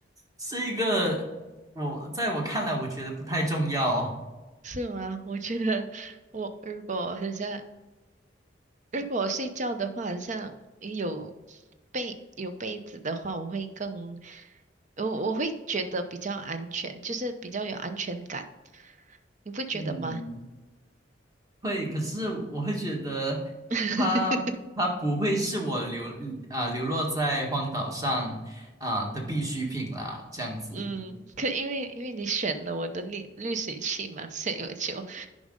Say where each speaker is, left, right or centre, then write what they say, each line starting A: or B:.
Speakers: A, on the right; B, on the right.
A: 这个我在我看来，我觉得不太重要。
B: 是吗？<laughs> 我觉得我如果很像，如果我睡觉的话，很像有被有被子的话，我会更，我我会觉得比较安全，就是比较有安全感，你不觉得吗？
A: 嗯，会，可是我会觉得
B: <laughs>
A: 它它不会是我流啊、流落在荒岛上啊、的必需品啦。这样子，
B: 嗯，可因为因为你选了我的滤滤水器嘛，所以我就